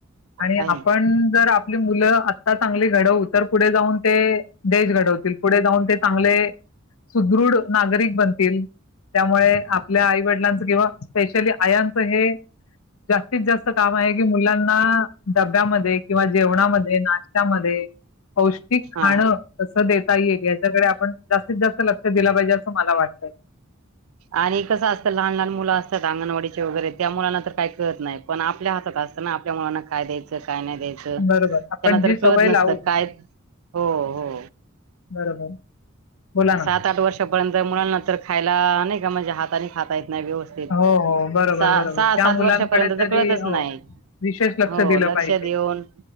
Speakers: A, on the left (about 80°); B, on the right (about 85°).
A: आणि
B: आहे
A: आपण
B: ना
A: तर आपली मुलं आत्ता चांगली घडवू तर पुढे जाऊन ते देश घडवतील पुढे जाऊन चांगले सुदृढ नागरिक बनतील त्यामुळे आपल्या आईवडिलांचं किंवा स्पेशली आयांचं हे जास्तीत जास्त काम आहे की मुलांना डब्यामध्ये किंवा जेवणामध्ये नाश्त्यामध्ये पौष्टिक खाण
B: हा
A: कसं देता येईल याच्याकडे आपण जास्तीत जास्त लक्ष दिलं पाहिजे असं मला वाटतंय
B: आणि कसं असतं लहान लहान मुलं अंगणवाडीचे वगैरे त्या मुलांना तर काय कळत नाही पण आपल्या हातात असताना आपल्या मुलांना काय द्यायच काय नाय द्यायच त्यांना
A: बरोबर आपण जी
B: तर
A: सवय
B: कळत नसत
A: लावू
B: काय हो हो
A: बरोबर बोला ना
B: सात आठ वर्षापर्यंत मुलांना तर खायला नाय का म्हणजे हाताने खाता येत नाय व्यवस्थित
A: हो हो बरोबर
B: सहा
A: बरोबर
B: सहा
A: त्या
B: सात
A: मुलांकडे
B: वर्षापर्यंत तर
A: तरी
B: कळतच
A: हो
B: नाय
A: विशेष लक्ष
B: हो
A: दिलं
B: लक्षऊन
A: पाहिजे